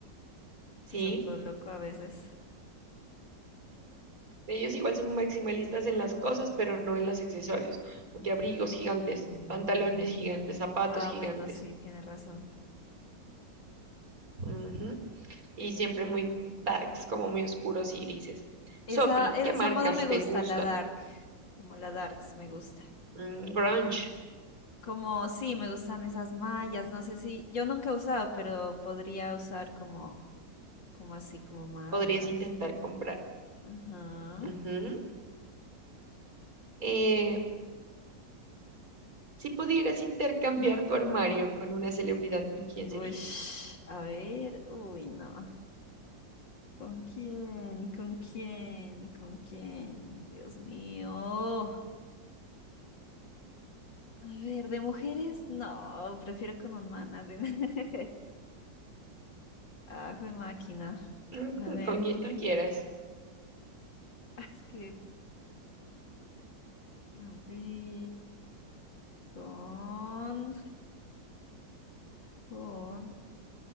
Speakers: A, on the right; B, on the left.
A: ¿sí?
B: Que son todo loco a veces.
A: Ellos igual son maximalistas en las cosas, pero no en los accesorios. Porque abrigos gigantes,
B: Mm,
A: pantalones gigantes, zapatos
B: Ah,
A: gigantes.
B: bueno, sí, tienes razón.
A: Ujú. Y siempre muy darks, como muy oscuros y grises.
B: Esa,
A: Sophie,
B: esa
A: ¿qué marcas
B: moda me gusta,
A: te gustan?
B: la dark, como la darks me gusta.
A: Mm, grunge,
B: Como sí, me gustan esas mallas, no sé si, yo nunca he usado, pero podría usar como, como así, como mallas.
A: podrías intentar comprar.
B: Ajá.
A: Ujú. Eh, si pudieras intercambiar tu armario con una celebridad, ¿con quién
B: Uy,
A: sería?
B: a ver, uy, no. ¿Con quién? ¿Con quién? ¿Con quién? Dios mío. A ver, de mujeres, no, prefiero con un man. así. <laughs> Ah, jue máquina.
A: Mm,
B: A
A: mm,
B: ver,
A: Con quien tú quieras.
B: ah, es que, a ver, con, con,